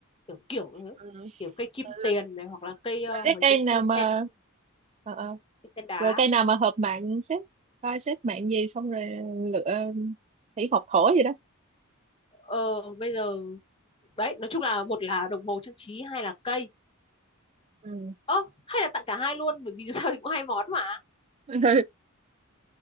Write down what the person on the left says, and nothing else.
kiểu kiểu thế
kiểu cây kim
tiền này hoặc là cây ờ,
mấy
cái
cây
sen
cây sen đá
ờ bây giờ đấy nói chung là một là đồng hồ trang trí hai là cây
ơ hay là tặng cả hai luôn bởi vì <laughs> dù sao thì cũng hai món mà